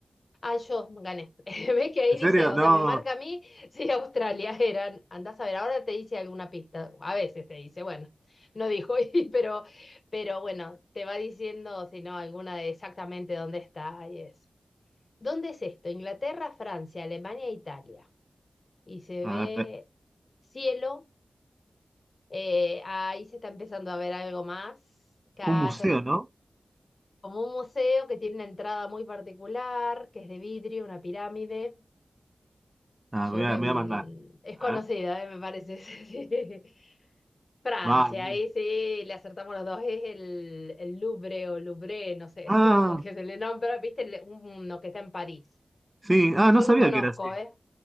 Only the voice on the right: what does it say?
¿En serio?
No.
A
ver, pe-
un museo, ¿no?
Ah,
me voy a,
me voy
a mandar.
A
ver.
Vamos.
Ah,
sí. Ah,
no sabía
que era así.